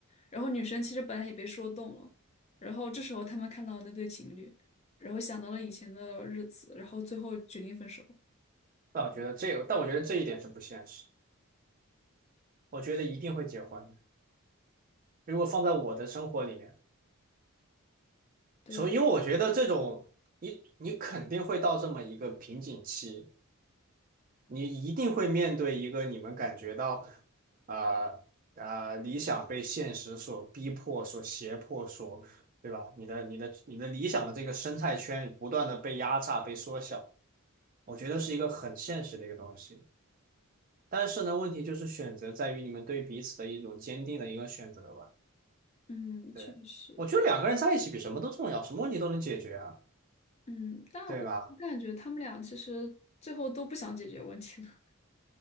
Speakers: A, on the left; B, on the right.
A: 然后女生其实本来也被说动了，然后这时候他们看到那对情侣，然后想到了以前的日子，然后最后决定分手。
B: 但我觉得这个，但我觉得这一点是不现实，我觉得一定会结婚的如果放在我的生活里面。
A: 对，
B: 所以，因为我觉得这种，你你肯定会到这么一个瓶颈期，你一定会面对一个你们感觉到，啊啊，理想被现实所逼迫、所胁迫、所，对吧？你的你的你的理想的这个生态圈不断的被压榨、被缩小，我觉得是一个很现实的一个东西。但是呢，问题就是选择在于你们对彼此的一种坚定的一个选择吧。
A: 嗯，
B: 对，
A: 确实，
B: 我觉得两个人在一起比什么都重要，什么问题都能解决啊，
A: 嗯，但我感觉他们俩其实最后都不想解决问题了。
B: 对吧？